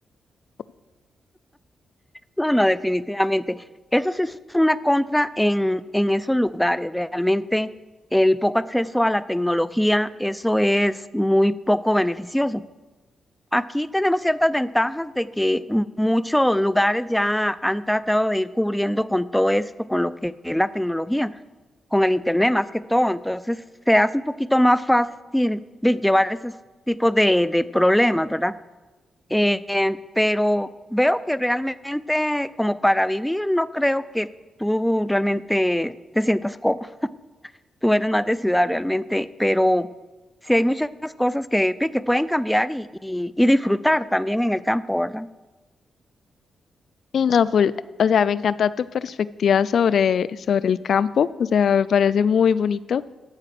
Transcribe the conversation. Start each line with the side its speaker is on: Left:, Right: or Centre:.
Left: <laughs>
Centre: No, no, definitivamente. Eso sí es una contra en, en esos lugares. Realmente el poco acceso a la tecnología, eso es muy poco beneficioso. Aquí tenemos ciertas ventajas de que muchos lugares ya han tratado de ir cubriendo con todo esto, con lo que es la tecnología, con el Internet más que todo. Entonces se hace un poquito más fácil de llevar esos tipos de, de problemas, ¿verdad? eh, eh, pero veo que realmente como para vivir no creo que tú realmente te sientas cómodo. Tú eres más de ciudad realmente, pero sí hay muchas cosas que, que pueden cambiar y, y, y disfrutar también en el campo, ¿verdad?
Left: Y no, full, o sea, me encanta tu perspectiva sobre, sobre el campo, o sea, me parece muy bonito.